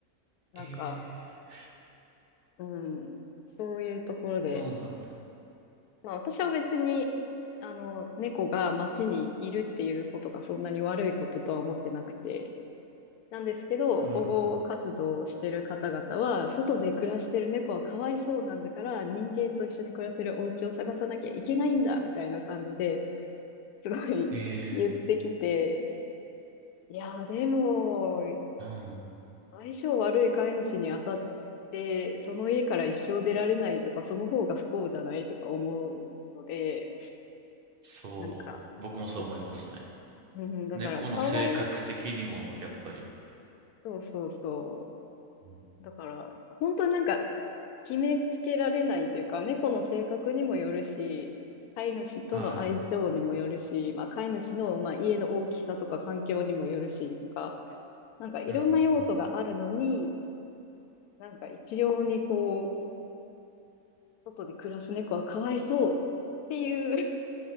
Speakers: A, on the left; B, on the right.
A: なんか、
B: ええ、
A: うん、そういうところで、
B: そうなんだ。
A: まあ私は別に、あの、猫が街にいるっていうことがそんなに悪いこととは思ってなくて、なんですけど、
B: うん。
A: 保護活動をしてる方々は、外で暮らしてる猫はかわいそうなんだから、人間と一緒に暮らせるお家を探さなきゃいけないんだ、みたいな感じで、すごい
B: ええ、
A: <laughs> 言ってきて、いやー、でも、
B: うん。
A: 相性悪い飼い主に当たって、その家から一生出られないとか、その方が不幸じゃないとか思うので、
B: そう、
A: なんか、
B: 僕もそう思いますね。
A: そうか、うん、だから、
B: 猫の性格的にも、
A: かわい、
B: やっぱり。
A: そうそうそ
B: うん
A: う。だから、本当になんか、決めつけられないというか、猫の性格にもよるし、飼い主との相性にもよるし、
B: はい。
A: まあ、飼い主の、まあ、家の大きさとか環境にもよるしとか、なんかいろんな要素があるのに、
B: うん
A: なんか一様にこう、外で暮らす猫はかわいそうっていう